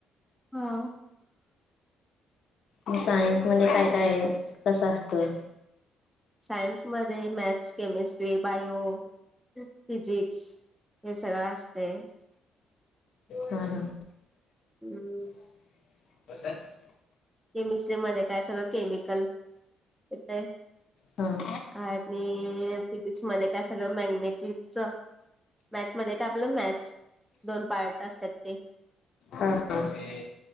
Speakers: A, in the centre; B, on the left.
A: ह.
B: म सायन्समध्ये काय काय हाय कसं असतं?
A: सायन्स मध्ये मॅथ्स, केमिस्ट्री, बायो, फिजिक्स हे सगळं असतय.
B: हा हा.
A: हम्.
B: <unintelligible>
A: केमिस्ट्री मध्ये काय सगळं केमिकल येतय.
B: हां
A: आणि फिजिक्स मध्ये काय सगळं मॅग्नेटिकच मॅथ्समध्ये काय आपलं मॅथ्स दोन पार्ट असतात ते.
B: हां हां